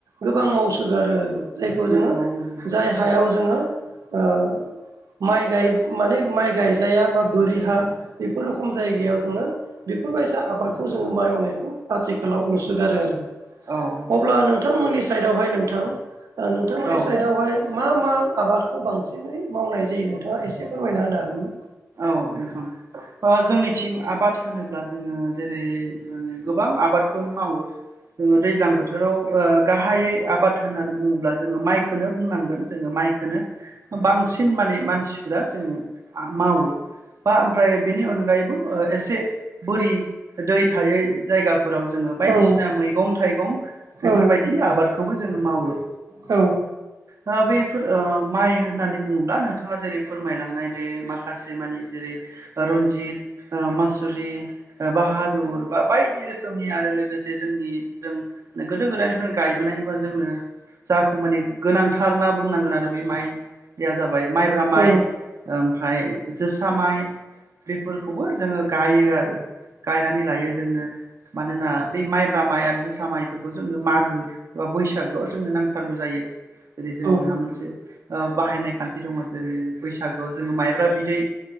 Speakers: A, on the right (about 85°); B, on the right (about 60°).
A: गोबां मावसोगारो आरो जायखौ
B: नंगौ
A: जोङो
B: नंगौ
A: जाय हायाव जोङो ओ माइ गाय माने माइ गायजाया बा बोरि हा बेफोर रखम जायगायाव जोङो बेफोरबायसा आबादखौ जोङो मावाइ मावनायखौ आथिखालाव नुसोगारो आरो
B: औ
A: अब्ला नोंथांमोननि साइदावहाय नोंथां नोंथांमोननि
B: औ
A: साइदआवहाय मा मा आबादखौ बांसिनै मावनाय जायो नोंथाङा एसे फोरमायना होनो हागोन ना
B: औ <unintelligible> जोंनिथिं आबाद होनोब्ला जोङो जेरै गोबां आबाद मावो दैज्लां बोथोराव गाहायै आबाद होननानै बुङोब्ला जोङो माइखौनो बुंनांगोन जोङो माइखौनो बांसिन माने मानसिफ्रा जोङो मावो बा ओमफ्राय बेनि अनगायैबो एसे बोरि दै थायै जायगा फोराव जोङो बायदिसिना
A: औ
B: मैगं थाइगं
A: औ
B: बेफोरबायदि आबादखौबो जोङो मावो
A: औ
B: बा बफोर माइ होननानै बुङोब्ला नोंथाङा जेरै फोरमायलांनाय दै माखासे मानि जेरै रनजित मासुरि बाहा दुर बा बायदि रोखोमनि आरो लोगोसे जोंनि जों गोदो गोदायनिफ्रायनो गायबोनायबा जोंनो जाखौ माने गोनांथार ना बुंनांगोन आरो बे माइया जाबाय माइब्रा माइ
A: औ
B: ओमफ्राय जोसा माइ बेफोरखौबो जोङो गायो आरो गायनानै लायो जोंनो मानोना बे माइब्रा माइ आरो जोसा माइफोरखौ जोङो मागो बा बैसागोआव जोंनो नांथारगौ जायो जेरै जोंहा
A: औ
B: मोनसे बाहायनाय खान्थि दङ जेरै बैसागोआव जोङो माइब्रा बिदै